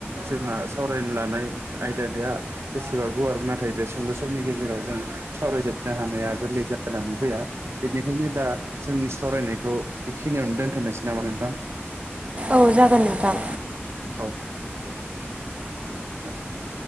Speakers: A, on the right; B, on the right.
A: जोंहा सावरायनो लानाय आयदादाया बेसेबा गुवार नाथाय बे सुंद' समनि गेजेराव जों सावरायजोबनो हानाया गोरलै जानानै फैया। बेनिखायनो दा जोंनि सावरायनायखौ बेखिनियावनो दोनथ'नोसै नामा नोंथां?
B: औ जागोन नोंथां।
A: औ। <unintelligible>